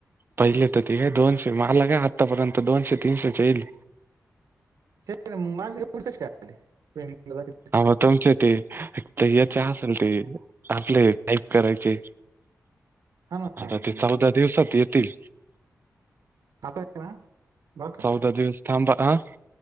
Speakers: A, on the right; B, on the right.
A: पहिले तर ते घय दोनशे मला काय आत्तापर्यंत दोनशे तीनशे येईल.
B: ते नहीं माझे एवढे कस काय आले पिंडींग
A: मह तुमचे ते त्या च असेल ते आपले टाईप करायचे.
B: हा ना
A: आता
B: मग
A: ते चौदा दिवसात येतील.
B: आता आहे ना बरं का
A: चौदा दिवस थांबा हा.